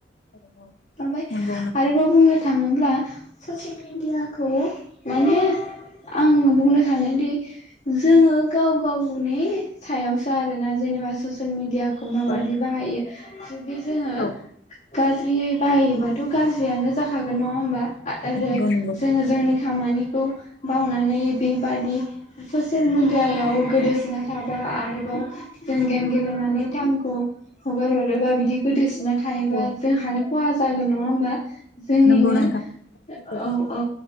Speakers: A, on the left; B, on the left.
A: औ औ
B: ओमफ्राय
A: नंगौ नोंथां
B: आरोबाव बुंनो थाङोब्ला ससियेल मिडियाखौ माने आं बुंनो सानोदि जोंङो गाव गावनि सायाव सो आरोना जेनेबा ससियेल मिडिया खौ माबायदि
A: औ
B: बाहायो <unintelligible> जुदि जोङो
A: औ
B: गाज्रियै बाहायोबाथ' गाज्रियानो जाखागोन नङा होमबा? आ आरो
A: नंगौ नंगौ
B: जोङो
A: सैथो
B: जोंनि खामानि खौ बावनानै बेबादि ससियेल मिडियायाव गोदोसोना थाबा आरोबाव जों गेम गेलेनानै थायेमखौ हगार हरोबा बिदि गोदोसोनना थायोबा
A: औ
B: जोंहानो खहा जागोन नङा होमबा? जोंनिनो
A: नंगौ नोंथां सैथो
B: औ औ।